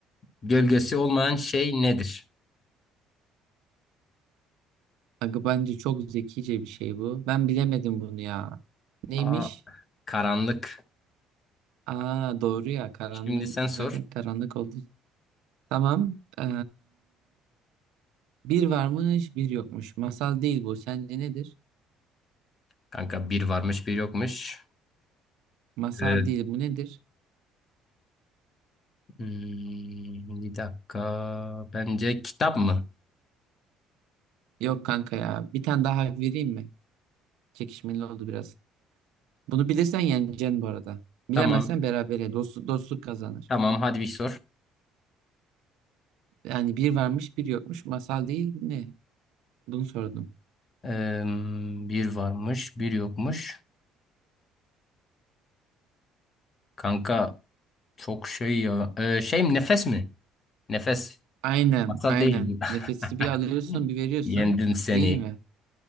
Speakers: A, on the left; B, on the right.
A: gölgesi olmayan şey nedir?
B: Aga bence çok zekice bir şey bu. Ben bilemedim bunu ya. Neymiş?
A: Aa, karanlık.
B: Aa doğru ya karanlık.
A: Şimdi sen sor.
B: Zaten karanlık oldu. Tamam. Ee, bir varmış bir yokmuş. Masal değil bu. Sence nedir?
A: Kanka bir varmış bir yokmuş.
B: Masal
A: Ee,
B: değil bu nedir?
A: hmm, bir dakika. Bence kitap mı?
B: Yok kanka ya. Bir tane daha hak vereyim mi? Çekişmeli oldu biraz. Bunu bilirsen yeneceksin bu arada. Bilemezsen
A: Tamam.
B: berabere. Dost, dostluk kazanır.
A: Tamam hadi bir sor.
B: Yani bir varmış bir yokmuş. Masal değil ne? Bunu sordum.
A: Ee, bir varmış bir yokmuş. Kanka çok şey ya. Ee, şey mi nefes mi? Nefes.
B: Aynen,
A: Masal
B: aynen.
A: değil bu.
B: Nefesi bir alıyorsun,
A: <laughs>
B: bir veriyorsun.
A: Yendim seni.
B: Değil mi?